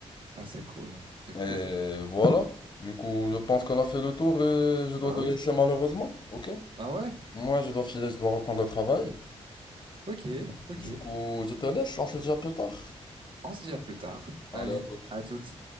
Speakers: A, on the right; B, on the left.
A: Ah, c'est cool, c'est cool.
B: Et voilà. Du coup, je pense qu'on a fait le tour et je
A: Bah
B: dois te
A: oui.
B: laisser, malheureusement. Ok?
A: Ah ouais?
B: Moi, je dois filer, je dois reprendre le travail.
A: Ok, ok.
B: Du coup, je te laisse, on se dit à plus tard.
A: On se dit à plus tard.
B: Allez,
A: Allez,
B: à tout
A: à toutes.